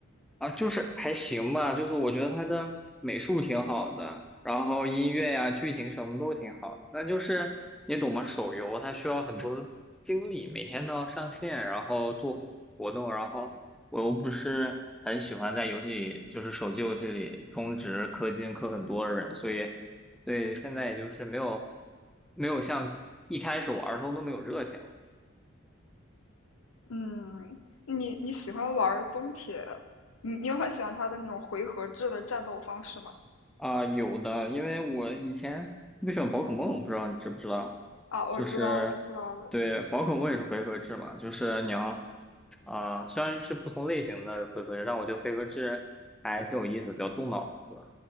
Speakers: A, in the centre; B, on the left.
A: 啊，就是还行吧，就是我觉得他的美术挺好的，然后音乐呀、剧情什么都挺好的。那就是你懂吗？手游它需要很多精力，每天都要上线，然后做活动，然后我又不是很喜欢在游戏里，就是手机游戏里充值氪金氪很多的人，所以对现在也就是没有没有像一开始玩儿的时候那么有热情。
B: 嗯，你你喜欢玩崩铁？你你有很喜欢它的那种回合制的战斗方式吗？
A: 啊，有的，因为我以前特别喜欢宝可梦，不知道你知不知道？
B: 啊，我知道的，
A: 就是，
B: 知道的。
A: 对，宝可梦也是回合制嘛，就是你要啊，虽然是不同类型的回合制，但我觉得回合制还挺有意思，比较动脑子，